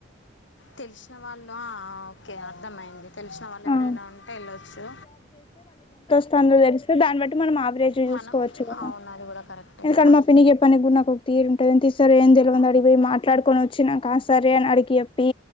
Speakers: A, on the left; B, on the left.
A: తెలిసిన వాళ్ళు ఆ ఓకే అర్థమయింది తెలిసిన వాళ్ళు ఎవరైనా
B: ఆ
A: ఉంటే వెళ్ళొచ్చు
B: తొందర తెరిస్త దాన్ని బట్టి మనం ఆవరేజ్ చూసుకోవచ్చు
A: మనం
B: కదా
A: అవును అది కూడా కరెక్టే
B: ఎందుకంటే
A: కదా
B: మా పిన్ని చెప్పడానికి కూడా ఒక తీరు ఉంటది ఎంతిస్తారో మాట్లాడుకొని వచ్చినంకా సరే అని అడిగి చెప్పి